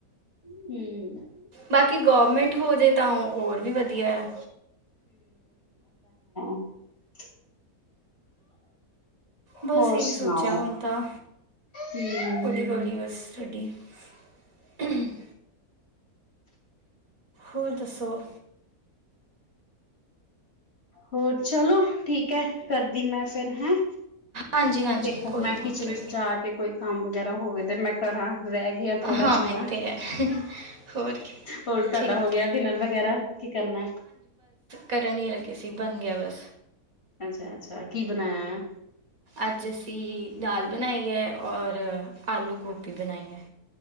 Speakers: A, on the left; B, on the right.
A: ਹੂੰ
B: ਬਾਕੀ ਗੌਰਮੈਂਟ ਹੋਜੇ ਤਾਂ ਉਹ ਹੋਰ ਵੀ ਵਧੀਆ ਹੈ।
A: ਹ <unintelligible>
B: ਬਸ
A: ਹੋਰ
B: ਇਹ
A: ਸੁਣਾਓ
B: ਸੋਚਿਆ ਹੁਣ ਤਾ
A: ਹਮ
B: ਹੋਲੀ ਹੋਲੀ ਬਸ ਸਟੱਡੀ <unintelligible> ਹੋਰ ਦੱਸੋ?
A: ਹੋਰ ਚਲੋ ਠੀਕ ਹੈ ਕਰਦੀ ਮੈਂ ਫੇਰ ਹੈਂ।
B: ਹਾਂਜੀ ਹਾਂਜੀ
A: ਦੇਖਾਂ
B: ਕੋਈ
A: ਮੈਂ
B: ਨਾ
A: ਕਿਚਨ
B: ਓਕੇ
A: ਚ ਜਾ ਕੇ ਕੋਈ ਕੰਮ ਵਗੈਰਾ ਹੋਵੇ ਤੇ ਮੈਂ ਕਰਾਂ ਰਹਿ ਗਿਆ ਥੋੜ੍ਹਾ
B: ਹਾਂ
A: ਜਿੰਨਾ
B: ਇੱਥੇ ਹੈ ਹੋਰ ਕੀ
A: ਹੋਰ ਤੁਹਾਡਾ
B: ਠੀਕ
A: ਹੋ ਗਿਆ ਡਿਨਰ ਵਗੈਰਾ ਕੀ ਕਰਨਾ
B: ਘਰ ਨਹੀਂ ਲੱਗੇ ਸੀ ਬਣ ਗਿਆ ਬਸ
A: ਅੱਛਾ ਅੱਛਾ, ਕੀ ਬਣਾਇਆ
B: ਅੱਜ ਅਸੀਂ ਦਾਲ, ਬਣਾਈਏ ਔਰ ਆਲੂ ਗੋਭੀ ਬਣਾਈਏ।